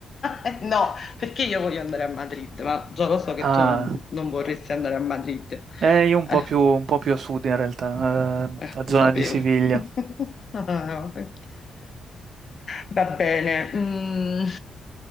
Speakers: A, on the left; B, on the right.
A: eh, no, perché io voglio andare a Madrid, ma già lo so che
B: Ah,
A: tu non, non vorresti andare a Madrid.
B: eh, io un
A: Eh,
B: po' più, un po' più a sud in realtà, eh,
A: eh,
B: la zona
A: lo sapevo.
B: di Siviglia.
A: <laughs> Ah, vabbè. Va bene, mm,